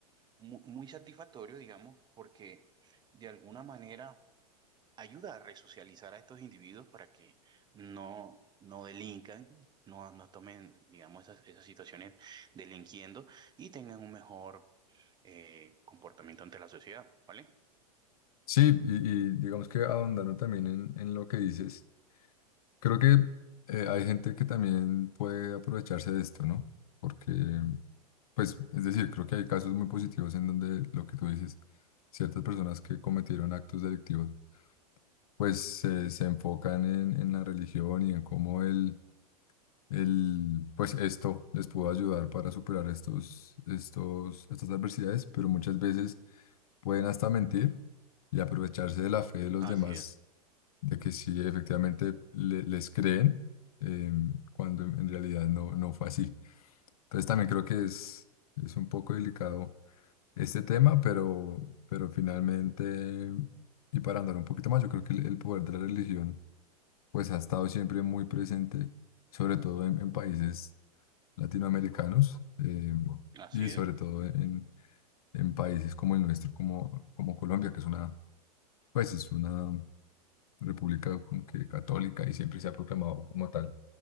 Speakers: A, on the right; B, on the left.
A: muy, muy satisfactorio, digamos, porque de alguna manera ayuda a resocializar a estos individuos para que no, no delincan, no, no tomen, digamos, esas, esas situaciones delinquiendo y tengan un mejor eh, comportamiento ante la sociedad, ¿vale?
B: Sí, y, y digamos que ahondando también en, en lo que dices. Creo que eh, hay gente que también puede aprovecharse de esto, ¿no? Porque, pues, es decir, creo que hay casos muy positivos en donde lo que tú dices, ciertas personas que cometieron actos delictivos, pues se se enfocan en, en la religión y en cómo el, el, pues esto les pudo ayudar para superar estos, estos, estas adversidades, pero muchas veces pueden hasta mentir y aprovecharse de la fe de los
A: Así
B: demás
A: es,
B: de que sí, efectivamente le- les creen, eh, cuando en realidad no, no fue así. Entonces también creo que es, es un poco delicado este tema, pero, pero finalmente, y para andar un poquito más, yo creo que el, el poder de la religión pues ha estado siempre muy presente, sobre todo en, en países latinoamericanos eh,
A: así
B: y
A: es,
B: sobre todo en, en países como el nuestro, como, como Colombia, que es una, pues es una... república como que católica y siempre se ha proclamado como tal.